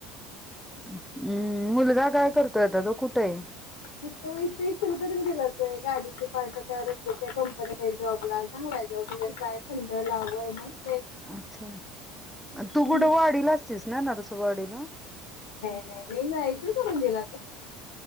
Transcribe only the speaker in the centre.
हम् मुलगा काय करतोय आता तो कुठं आहे
अच्छा तू
कुठं वाडीला असतीस ना नरस वाडीला